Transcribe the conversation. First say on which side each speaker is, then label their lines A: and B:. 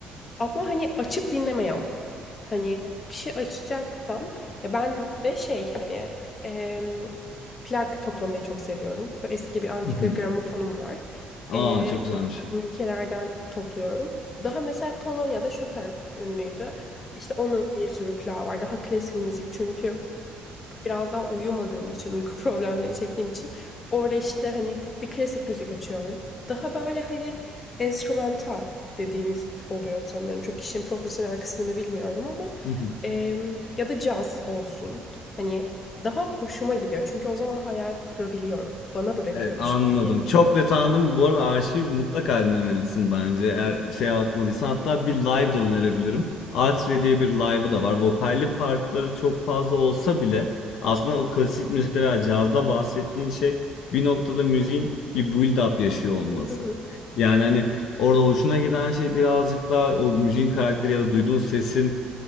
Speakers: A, on the left; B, on the left.
A: Ama hani açıp dinleme yok. Hani bir şey açacaksam ya ben de şey hani em, plak toplamayı çok seviyorum. Böyle eski bir antika
B: <laughs>
A: gramofonum var.
B: Aa
A: E,
B: çok güzelmiş.
A: ülkelerden topluyorum. Daha mesela Polonya'da Chopin ünlüydü. İşte onun bir sürü plağı var. Daha klasik müzik çünkü biraz daha uyumadığım için, uyku <laughs> problemleri çektiğim için orada işte hani bir klasik müzik açıyorum. Daha böyle hani enstrümantal dediğimiz oluyor sanırım. Çok işin profesyonel kısmını bilmiyorum ama
B: <laughs>
A: em, ya da caz olsun. Hani daha hoşuma gidiyor. Çünkü o zaman hayal kurabiliyorum. Bana bırakıyormuş
B: Evet, anladım.
A: gibi geliyor
B: Çok
A: müzik.
B: net anladım. Bu arada arşiv mutlaka dinlemelisin bence. Eğer şeye bakmadıysan hatta bir live de önerebilirim. Artre diye bir live'ı da var. Vokalli partları çok fazla olsa bile aslında o klasik müzikte veya cazda bahsettiğin şey bir noktada müziğin bir build up yaşıyor olması.
A: Hı hı.
B: Yani hani orada hoşuna giden şey birazcık daha o müziğin karakteri ya da duyduğun sesin